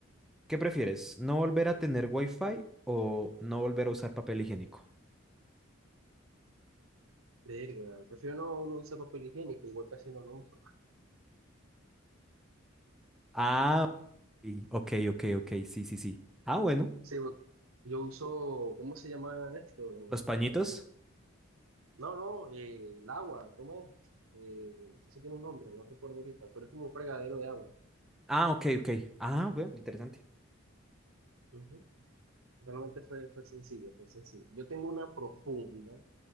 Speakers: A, in the centre; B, on the right.
A: ¿Qué prefieres? ¿No volver a tener wifi o no volver a usar papel higiénico?
B: verga, prefiero no, no usar papel higiénico, igual casi no lo uso.
A: Ah, ok, ok, ok, ok, sí, sí, sí. Ah, bueno.
B: Sí, bu- yo uso, ¿cómo se llama esto?
A: ¿Los pañitos?
B: Como, no, no, eh, el agua, ¿cómo es? Eh, eso tiene un nombre, no recuerdo ahorita, pero es como un fregadero de agua.
A: Ah, ok, ok. Ah, bueno, interesante.
B: Ujú. Realmente fue, fue sencillo, fue sencillo. Yo tengo una profunda